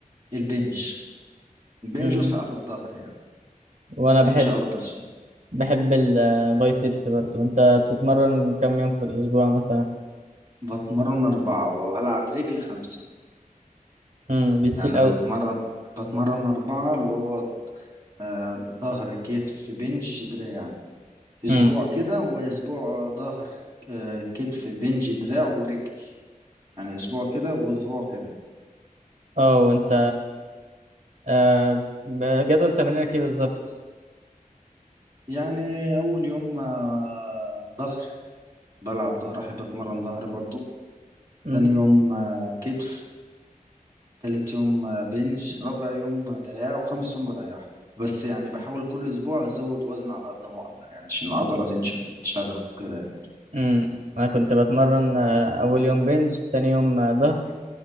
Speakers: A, on the right (about 25°); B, on the right (about 60°).
A: البنج البنج
B: مم.
A: وساعات الظهر يعني
B: وأنا
A: بس البنج
B: بحب
A: أكتر شوية
B: بحب البايسبس برضو انت بتتمرن كم يوم في الاسبوع مثلا
A: بتمرن أربعة ولو هلعب رجل خمسة
B: امم بتشيل
A: يعني أنا
B: او
A: بتمرن بتمرن أربعة اللي هو آه، ظهر كتف بنج دراع أسبوع
B: امم
A: كده وأسبوع ظهر آه، كتف بنج دراع ورجل يعني أسبوع كده وأسبوع كده
B: اه وانت آه ب- جدول تمرينك ايه بالظبط
A: يعني اول يوم آه، ظهر بلعب ظهر احب اتمرن ظهر برضو
B: امم
A: تاني يوم آه، كتف تالت يوم آه، بنج رابع يوم آه، دراع وخامس يوم بريح بس يعني بحاول كل اسبوع ازود وزن على قد ما اقدر يعني عشان العضله تنشف وتشرخ وكده يعني.
B: امم انا كنت بتمرن آه، اول يوم بنج تاني يوم آه، ظهر